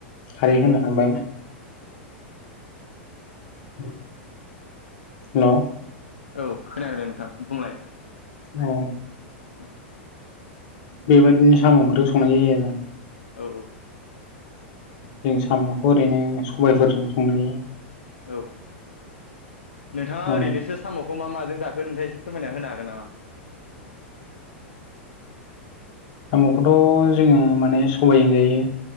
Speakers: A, on the left (about 45°); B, on the left (about 75°).
A: खारै होनो हाबाय <inaudible> हेलौ
B: औ खोनादों नोंथां बुंलाय
A: औ
B: औ
A: बेबायदिनो साम ओंख्रिखौ संनाय जायो आरो
B: औ औ
A: जों साम'खौ ओरैनो सबायफोरजों संनो हायो
B: औ नोंथाङा ओरैनोसो
A: औ
B: साम'खौ मा माजों जाखौ नोंथाङा एसे फोरमायना होनो हागोन नामा
A: साम'खौथ' जोङो माने सबायजों जायो